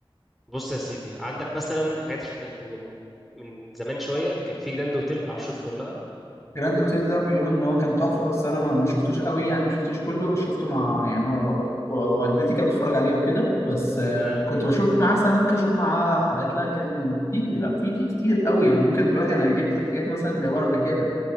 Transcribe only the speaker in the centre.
بص يا سيدي عندك مثلا حاجات ش- من من زمان شويه كان في جراند اوتيل عارف شفته ولا لا
امم